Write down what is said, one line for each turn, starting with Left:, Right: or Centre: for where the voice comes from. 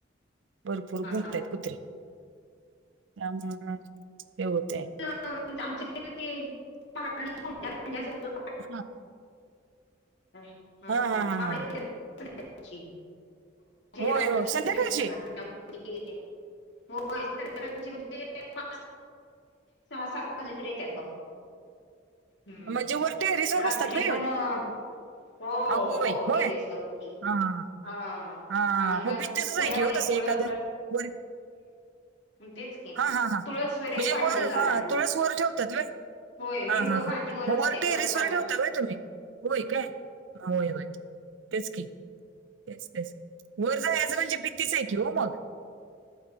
Right: भरपूर
Left: हा.
Right: भुंकताय कुत्रीे. ते आमच्या मनात ते होतंय.
Left: आमच्याकडे <unintelligible>
Right: <unintelligible>
Left: हं
Right: हां, हां,
Left: <unintelligible>
Right: हां, हां.
Left: ची <unintelligible>
Right: होय, होय. संध्याकाळची
Left: होय <unintelligible> सहा सहा मदे तरी येत्यात बग. हूं
Right: म्हणजे वर टेरेसवर
Left: रात्री
Right: बसतात व्हय येऊन
Left: पण हो,
Right: अगो
Left: हो
Right: बाई होय
Left: टेरेस वरती
Right: हां, हां, हां.
Left: हा!
Right: हां,
Left: आणि
Right: मग
Left: काल
Right: भिंतीचंच
Left: कुड्यावर
Right: आहे की हो
Left: एक
Right: तसं
Left: कुळ
Right: एखादं
Left: हूं!
Right: वर
Left: तेच की
Right: हां हां हां
Left: तुळस वगैरे
Right: म्हणजे
Left: पाडली
Right: वर,
Left: काल
Right: हा
Left: आणि
Right: तुळस वर ठेवतात वय.
Left: होय
Right: हा
Left: मी व
Right: हा
Left: माझी
Right: हा मग
Left: असते
Right: वर टेरीस
Left: ग खाली
Right: वर ठेवता व्हयं तुम्ही. होय काय, होय, होय तेच की. तेस, तेस वर जायाच म्हणजे भीतीच आहे की हो मग.